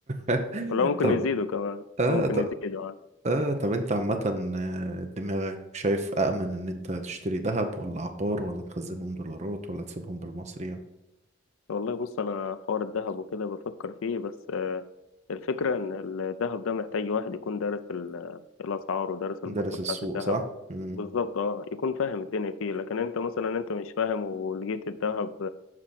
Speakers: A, on the right (about 35°); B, on the left (about 85°).
A: <laughs>
B: ولا ممكن
A: طب
B: يزيدوا كمان
A: اه
B: ممكن
A: طب
B: يزيدوا عادي
A: اه طب انت عامة آه، دماغك شايف أأمن إن أنت تشتري ذهب ولا عقار ولا تخزنهم دولارات ولا تسيبهم بالمصري يعني؟
B: والله بص انا حوار الذهب وكده بفكر فيه بس الفكرة إن الذهب ده محتاج واحد يكون دارس ال- الأسعار ودارس البورصة
A: دارس
B: بتاعة
A: السوق
B: الذهب
A: صح؟ مم.
B: بالظبط اه يكون فاهم الدنيا فيه لكن انت مثلا انت مش فاهم ولقيت الذهب